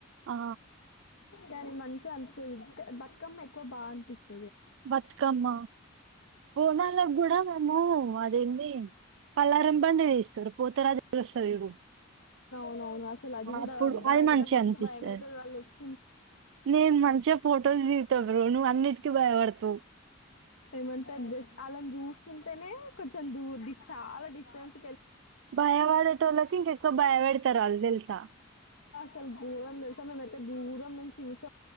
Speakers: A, on the right (about 65°); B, on the left (about 70°).
A: ఆ
B: కానీ మంచిగా అనిపిస్తది బతుకమ్మ ఎక్కువ బాగా అనిపిస్తు
A: బతుకమ్మ బోనాలకు కూడా మేము అదేంది పల్లారం పండి తెస్తారు పోతరాజు కి వస్తది చూడు
B: అవున అవును అసలు అది కూడా
A: అప్పుడు
B: బనకైతే
A: అది మంచిగా
B: మస్తు
A: అనిపిస్తది
B: భయం అయితు వాళ్ళు వస్
A: నేను మంచిగా ఫొటోస్ దిగుతా బ్రో నువ్వు అన్నిటికీ భయపడతవు
B: ఏమంటారు జస్ట్ వాళ్ళని చూస్తుంటేనే కొంచెం దూర్ డిస్ చాలా డిస్టెన్స్
A: భయ వడేటోళ్ళకి ఇంకెక్కువ భయపడతరు ఆళ్లు తెలుసా
B: సలు గోరం తెలుసా మేమైతే దూరం నుంచి చూస్